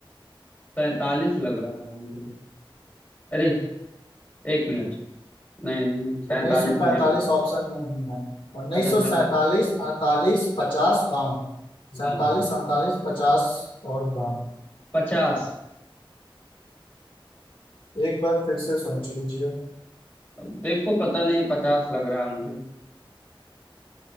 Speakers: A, on the left; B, on the left.
A: पैंतालीस लग रहा है मुझे अरे एक मिनट नहीं नहीं नहीं सैंतालीस
B: उन्नीस सौ
A: नहीं
B: पैंतालीस
A: अभी
B: ऑप्शन में नहीं है उन्नीस
A: अच्छा
B: सौ
A: सैंता
B: सैतालीस अड़तालीस पचास बावन
A: हाँ
B: सैतालीस अड़तालीस पचास और बावन
A: पचास
B: एक बार फिर से सोच लीजिए
A: अब देखो पता नहीं पचास लग रहा है मुझे